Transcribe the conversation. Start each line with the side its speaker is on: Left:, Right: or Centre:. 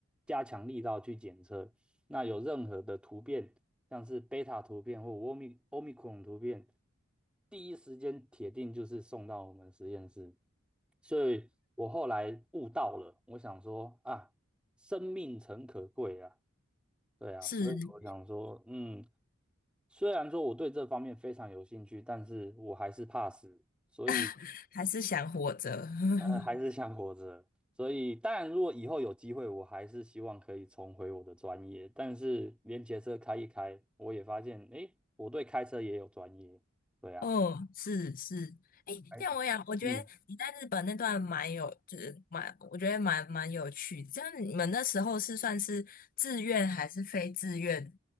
Centre: 加强力道去检测，那有任何的突变。像是贝塔图片或欧米欧米克戎突变，第一时间铁定就是送到我们实验室。所以我后来悟到了，我想说啊，生命诚可贵啊，对啊，
Left: 是，
Centre: 所以我想说，嗯，虽然说我对这方面非常有兴趣，但是我还是怕死，所以
Left: <laughs> 还是想活着。<laughs>
Centre: 呃，还是想活着。所以，当然，如果以后有机会，我还是希望可以重回我的专业。但是，连结车开一开，我也发现，诶，我对开车也有专业。对啊，
Left: 哦，是是，哎，
Centre: 哎，
Left: 这样我想，我觉得你在日本那段蛮有，
Centre: 嗯，
Left: 就是蛮，我觉得蛮蛮有趣。这样你们那时候是算是自愿还是非自愿